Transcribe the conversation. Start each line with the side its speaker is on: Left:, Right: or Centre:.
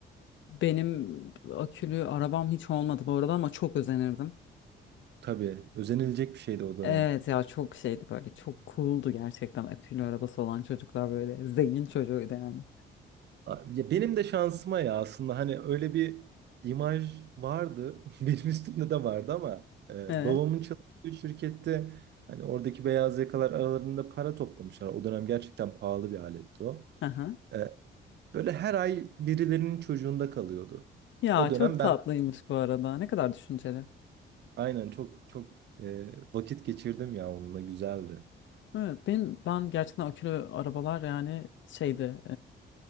Left: Benim akülü arabam hiç olmadı bu arada ama çok özenirdim.
Right: Tabii özenilecek bir şeydi o dönem.
Left: Evet ya çok şeydi böyle çok cool'du gerçekten akülü arabası olan çocuklar böyle zengin çocuğuydu yani.
Right: A- Ya Benim de şansıma ya aslında hani öyle bir imaj vardı. <laughs> Benim üstümde de vardı ama e,
Left: Evet.
Right: babamın çalıştığı şirkette hani oradaki beyaz yakalar aralarında para toplamışlar. O dönem gerçekten pahalı bir aletti o.
Left: Aha.
Right: E, böyle her ay birilerinin çocuğunda kalıyordu.
Left: Ya
Right: O dönem
Left: çok
Right: ben
Left: tatlıymış bu arada ne kadar düşünceli.
Right: aynen çok çok e, vakit geçirdim ya onunla güzeldi.
Left: Evet benim ben gerçekten akülü arabalar yani şeydi